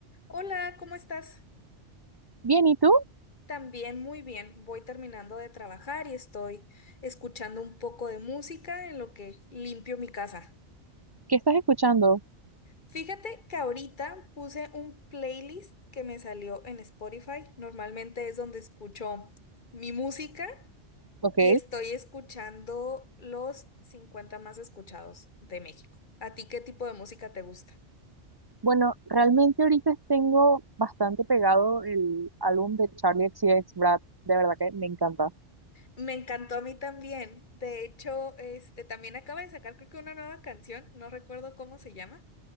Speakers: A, on the left; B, on the right.
A: Hola, ¿cómo estás?
B: Bien, ¿y tú?
A: También muy bien. Voy terminando de trabajar y estoy escuchando un poco de música en lo que limpio mi casa.
B: ¿Qué estás escuchando?
A: Fíjate que ahorita puse un playlist que me salió en Spotify. Normalmente es donde escucho mi música
B: Ok.
A: y estoy escuchando los 50 más escuchados de México. ¿A ti qué tipo de música te gusta?
B: Bueno, realmente ahorita tengo bastante pegado el álbum de Charlie X XCX Brad. De verdad que me encanta.
A: Me encantó a mí también. De hecho, este también acaba de sacar creo que una nueva canción, no recuerdo cómo se llama.